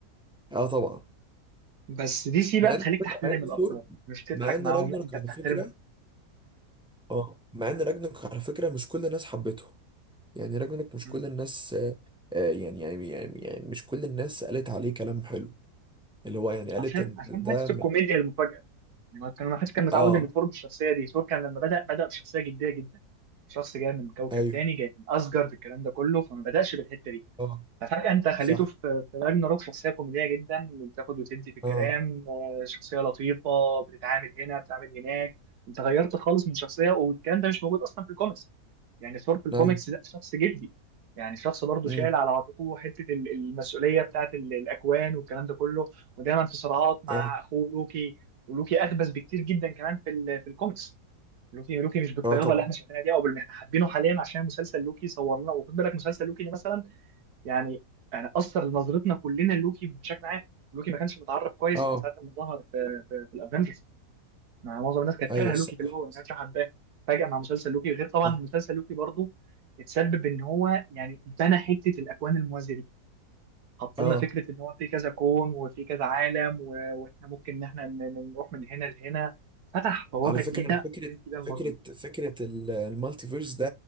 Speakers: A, in the centre; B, on the right (about 70°).
A: اه طبعا
B: بس دي سي
A: مع
B: بقى بتخليك
A: ان على فكرة-
B: تحترم
A: مع ان
B: الابطال
A: ثور
B: مش تضحك
A: مع ان
B: معاهم
A: راجنروك
B: لا انت
A: على
B: بتحترمهم
A: فكره اه مع ان راجنك على فكره مش كل الناس حبته يعني راجنك مش
B: مم.
A: كل الناس آه، آه، يعني يعني يعني يعني مش كل الناس قالت عليه كلام حلو اللي هو يعني قالت
B: عشان
A: ان
B: عشان
A: ده
B: حته
A: من
B: الكوميديا المفاجاه يعني هو كان ما حدش كان متعود
A: اه
B: ان ثور بالشخصيه دي ثور كان لما بدا بدا بشخصيه جديه جدا شخص جاي من كوكب
A: ايوه
B: تاني جاي من اسجارد الكلام ده كله فما بداش بالحته دي
A: اه
B: ففجاه انت خليته
A: صح
B: في في راجناروك شخصيه كوميديه جدا بتاخد وتدي في الكلام
A: اه
B: آه، شخصيه لطيفه بتتعامل هنا بتتعامل هناك انت غيرت خالص من شخصيه والكلام ده مش موجود اصلا في الكوميكس يعني ثور في الكوميكس
A: ايوه
B: ده شخص جدي يعني شخص برضه
A: امم
B: شايل على عاتقه حته ال- المسؤوليه بتاعت ال- الاكوان والكلام ده كله ودايما في صراعات مع
A: اه
B: اخوه لوكي ولوكي اخبث بكتير جدا كمان في ال- في الكوميكس لوكي لوكي مش بالطيابه
A: اه طبعا
B: اللي احنا شايفينها دي او باللي احنا حابينه حاليا عشان مسلسل لوكي صور لنا وخد بالك مسلسل لوكي ده مثلا يعني يعني اثر نظرتنا كلنا لوكي بشكل عام لوكي ما كانش متعرف كويس
A: اه
B: من ساعه ما ظهر في في, في الافنجرز مع معظم الناس كانت
A: ايوه
B: كارهه
A: الصراحه
B: لوكي في الاول ما كانتش حباه فجاه مع مسلسل لوكي غير طبعا
A: صح
B: مسلسل لوكي برضو اتسبب ان هو يعني بنى حته الاكوان الموازيه دي حط
A: اه
B: لنا فكره ان هو في كذا كون وفي كذا عالم و... واحنا ممكن ان احنا ن- ن- نروح من هنا لهنا فتح بوابه
A: على فكره
B: جديده
A: انا فكره
B: جديده لمارفل
A: فكره فكره ال- المالتي فيرس ده